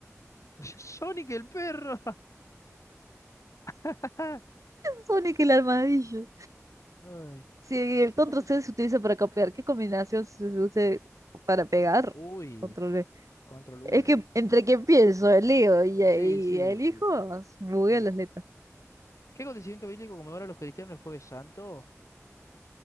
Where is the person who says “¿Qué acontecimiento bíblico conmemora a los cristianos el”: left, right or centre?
Left